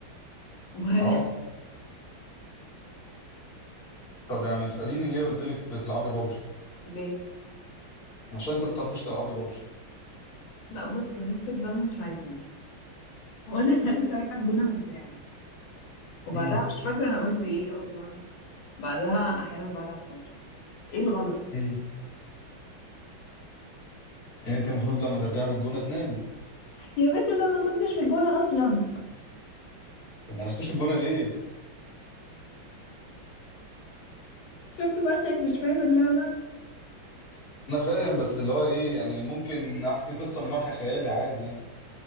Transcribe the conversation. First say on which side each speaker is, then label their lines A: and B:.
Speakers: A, on the left (about 80°); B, on the left (about 40°).
A: و <laughs>
B: اه طب يعني اساليني ليه قلت لك بتلعبي بابجي
A: ليه
B: عشان انت ما بتعرفيش تلعبي بابجي
A: لا بص خفة الدم مش عايزين ولا <laughs> أنا لسه راجعه الجونه من ساعه وبعدها
B: امم
A: مش فاكره انا قلت ايه اصلا بعدها احيانا بلعب ببجي ايه الغلط
B: امم يعني انت المفروض لما ترجعي من الجونه تنامي
A: يا بس لا ما كنتش في الجونه اصلا
B: طب ما رحتيش الجونه ليه
A: شفت بقى خايف مش فاهم اللعبه
B: انا فاهم بس اللي هو ايه يعني ممكن احكي قصه من وحي خيالي عادي يعني